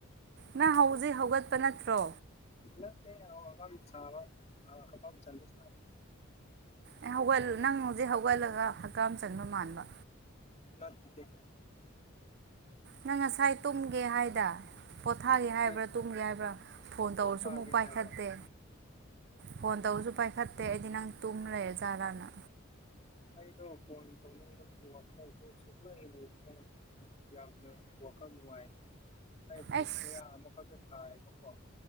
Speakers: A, on the right; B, on the left.
A: ꯅꯪ ꯍꯧꯖꯤꯛ ꯍꯧꯒꯠꯄ ꯅꯠꯇ꯭ꯔꯣ
B: ꯅꯠꯇꯦ ꯍꯥꯀꯝ ꯆꯕ ꯍꯥꯀꯝ ꯆꯟꯕ ꯁꯥꯕ
A: ꯑꯦ ꯍꯧꯒꯠ ꯅꯪ ꯍꯧꯖꯤꯛ ꯍꯧꯒꯠꯂꯒ ꯍꯛꯀꯥꯝ ꯆꯟꯕ ꯃꯥꯟꯕ
B: ꯅꯠꯇꯦ
A: ꯅꯪ ꯉꯁꯥꯏ ꯇꯨꯝꯒꯦ ꯍꯥꯏꯗ ꯄꯣꯊꯥꯔꯤ
B: ꯉꯁꯥꯏ
A: ꯍꯥꯏꯕ꯭ꯔꯥ ꯇꯨꯝꯒꯔꯦ ꯍꯥꯏꯕ꯭ꯔꯥ ꯐꯣꯟ ꯇꯧꯔꯁꯨ
B: ꯄꯣꯊꯥꯒꯦ
A: ꯑꯃꯨꯛ ꯄꯥꯏꯈꯠꯇꯦ
B: ꯍꯥꯏꯕ
A: ꯐꯣꯟ ꯇꯧꯕꯁꯨ ꯄꯥꯏꯈꯠꯇꯦ ꯑꯩꯗꯤ ꯅꯪ ꯇꯨꯝ ꯂꯩꯔ ꯖꯥꯠꯂꯅ
B: ꯑꯩꯗꯣ ꯐꯣꯟ ꯇꯧꯅꯤꯡꯕꯒꯤ ꯋꯈꯜꯗꯣ ꯁꯨꯡꯂꯩ ꯂꯩꯇꯕ ꯌꯥꯝꯅ ꯋꯥꯈꯜ ꯅꯨꯡꯉꯥꯏ ꯍꯥꯏꯕ
A: ꯑꯩꯁ
B: ꯀꯌꯥ ꯑꯃꯈꯛꯇ ꯊꯥꯏꯌꯦꯕꯀꯣ